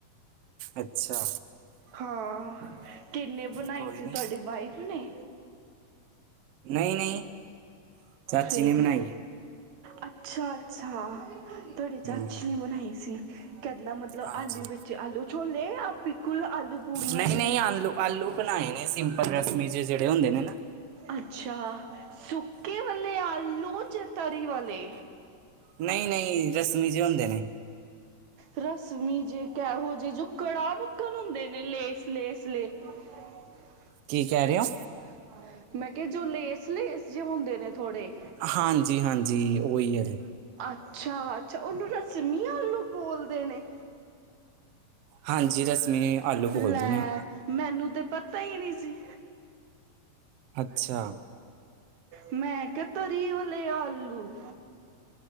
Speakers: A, on the right; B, on the right.
A: ਅੱਛਾ।
B: ਹਾਂ, ਕਿੰਨੇ ਬਣਾਈ
A: ਕੋਈ
B: ਸੀ
A: ਨਹੀਂ
B: ਤੁਹਾਡੀ ਵਾਈਫ ਨੇ?
A: ਨਹੀਂ ਨਹੀਂ, ਚਾਚੀ
B: ਫਿਰ
A: ਨੇ ਬਨਾਈ ਹੈ।
B: ਅੱਛਾ ਅੱਛਾ, ਤੁਹਾਡੀੇ ਚਾਚੀ
A: ਹੂੰ
B: ਨੇ ਬਣਾਈ ਸੀ। ਕਿੱਦਾਂ ਮਤਲਬ
A: ਹਾਂਜੀ
B: ਆਲੂ ਵਿੱਚ, ਆਲੂ ਛੋਲੇ ਯਾ ਬਿਲਕੁਲ ਆਲੂ ਪੁੜਿਆਂ।
A: ਨਹੀਂ ਨਹੀਂ ਆਲੂ ਆਲੂ ਬਣਾਏ ਨੇ ਸਿੰਪਲ ਰਸਮੀਸੇ ਜਏ ਜਿਹੜੇ ਹੁੰਦੇ ਨੇ ਨਾ।
B: ਅੱਛਾ ਸੁੱਕੇ ਵੱਲੇ ਆਲੂ 'ਚ ਤਰੀ ਵਲੇ?
A: ਨਹੀਂ ਨਹੀਂ ਰਸਮੀ ਜੇ ਹੁੰਦੇ ਨੇ,
B: ਰਸਮੀ ਜੇ ਕਿਹੋ ਜਿ ਜੋ ਕੜਾਹ ਪੱਕਣ ਹੁੰਦੇ ਨੇ ਲੇਸ ਲੇਸ, ਹੂੰ, <unintelligible>
A: ਕੀ ਕਹਿ ਰਹੇ ਹੋ?
B: ਹਾਂ ਮੈਂ ਕਿਹਾ ਜੋ ਲੇਸ ਲੇਸ ਜਿਹੇ ਹੁੰਦੇ ਨੇ ਥੋੜ੍ਹੇ,
A: ਹਾਂਜੀ-ਹਾਂਜੀ ਉਹੀ ਹੈ ਜੀ,
B: ਅੱਛਾ-ਅੱਛਾ ਉਹਨੂੰ ਰਸਮੀ ਆਲੂ ਬੋਲਦੇ ਨੇ,
A: ਹਾਂਜੀ ਰਸਮੀ ਆਲੂ ਬੋਲਦੇ
B: ਲੈ
A: ਨੇ ਉਹ,
B: ਮੈਨੂੰ ਤੇ ਪਤਾ ਹੀ ਨਹੀਂ ਸੀ।
A: ਅੱਛਾ
B: ਮੈਂ ਕਿਹਾ ਤਰੀ ਵਾਲੇ ਆਲੂ,